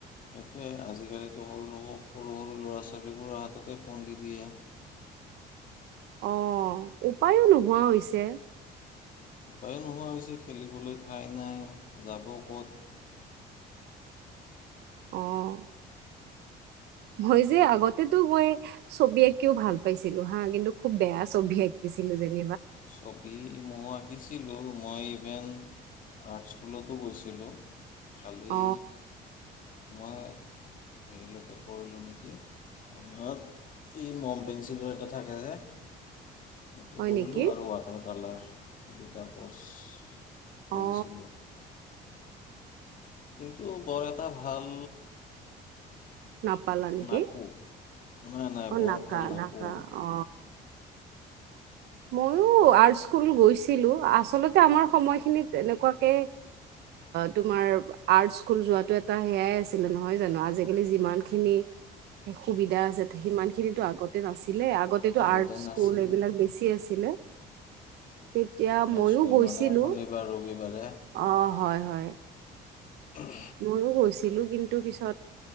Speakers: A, on the left; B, on the right.
A: সেইটোৱেই আজিকালিতো সৰু সৰু সৰু ল'ৰা ছোৱালীবোৰৰ হাততে ফোন দি দিয়ে।
B: অ' উপায়ো নোহোৱা হৈছে।
A: উপায়ো নোহোৱা হৈছে। খেলিবলৈ ঠাই নাই যাব ক'ত?
B: অ মই যে আগতেতো মই ছবি আঁকিও ভাল পাইছিলো হা কিন্তু খুব বেয়া ছবি আঁকিছিলো যেন
A: ছবি মই আঁকিছিলো। মই ডেন আৰ্ট স্কুলতো গৈছিলোঁ। খালী
B: অ
A: মই হেৰিলৈকে কৰিলোঁ নেকি? তোমাৰ এই ম'ম পেঞ্চিলৰ এটা থাকে যে সেইটো
B: হয়
A: কৰিলোঁ
B: নেকি
A: আৰু ৱাটাৰ কালাৰ। এই দুটা ক'ৰ্ছ
B: অ
A: কৰিছিলোঁ। কিন্তু বৰ এটা ভাল
B: নাপালা নেকি?
A: নাকো নাই নাই
B: অ'
A: বৰ
B: নাপালা
A: ভাল নাকো
B: নাপালা ময়ো আৰ্ট স্কুল গৈছিলো। আচলতে আমাৰ সময়খিনিত এনেকুৱাকে তোমাৰ আৰ্ট স্কুল যোৱাতো এটা সেয়াই আছিলে নহয় জানো? আজিকালি যিমানখিনি সুবিধা আছে সিমানখিনিতো আগতে নাছিল। এ আগতেটো
A: আগতে
B: আৰ্ট স্কুল
A: নাছিলে
B: এইবিলাক বেছি। আছিলে। তেতিয়া
A: আৰ্ট
B: মইও
A: স্কুল
B: গৈছিলো
A: মানে শনিবাৰ ৰবিবাৰে
B: অ' হয় হয়। হয় <unintelligible>
A: <unintelligible>
B: ময়ো গৈছিলো কিন্তু পিছত